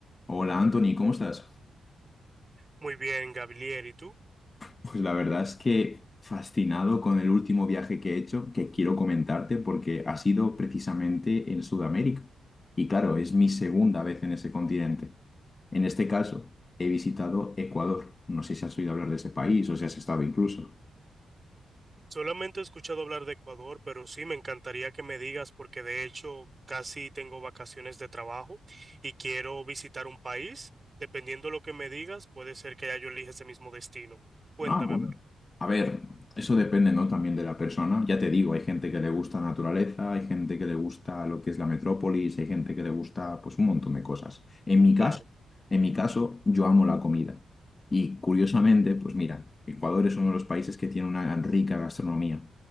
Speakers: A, on the left; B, on the right.
A: Hola Anthony, ¿cómo estás?
B: Muy bien, Gabriel, ¿y tú?
A: Pues la verdad es que fascinado con el último viaje que he hecho, que quiero comentarte porque ha sido precisamente en Sudamérica. Y claro, es mi segunda vez en ese continente. En este caso, he visitado Ecuador. No sé si has oído hablar de ese país o si has estado incluso.
B: Solamente he escuchado hablar de Ecuador, pero sí me encantaría que me digas porque de hecho casi tengo vacaciones de trabajo y quiero visitar un país. Dependiendo lo que me digas, puede ser que ya yo elija ese mismo destino. Cuéntame,
A: Ah, bueno.
B: a ver.
A: A ver, eso depende, ¿no? También de la persona. Ya te digo, hay gente que le gusta la naturaleza, hay gente que le gusta lo que es la metrópolis, hay gente que le gusta, pues, un montón de cosas. En mi caso,
B: Claro.
A: en mi caso, yo amo la comida. Y curiosamente, pues mira, Ecuador es uno de los países que tiene una rica gastronomía.